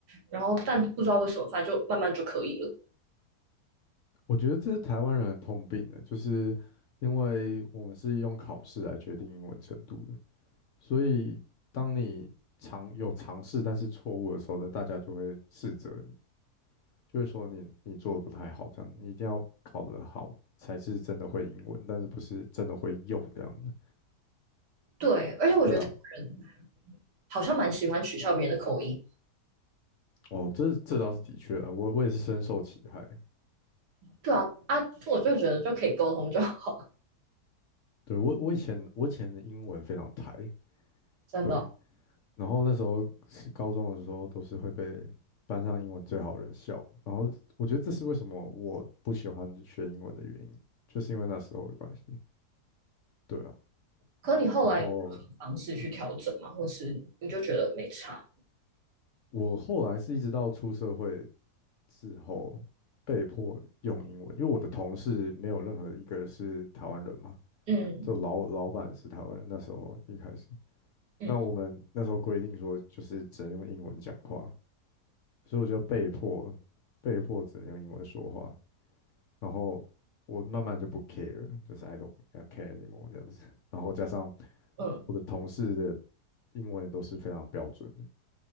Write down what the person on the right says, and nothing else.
然后但不知道为什么，反正就慢慢就可以了。
对，而且我觉得他人
好像蛮喜欢取笑别人的口音。
对啊啊，我就觉得就可以沟通就好，
真的。
可你后来有
方式去调整嘛，或是你就觉得没差？
嗯
嗯
嗯，